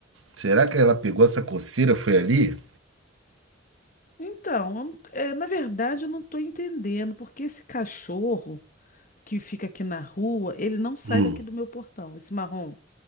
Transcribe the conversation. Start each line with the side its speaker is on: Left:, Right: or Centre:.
Right: será que ela pegou essa coceira, foi ali?
Left: <laughs> então, eu não- é, na verdade eu não estou entendendo porque esse cachorro que fica aqui na rua, ele não sai
Right: Hum,
Left: daqui do meu portão, esse marrom,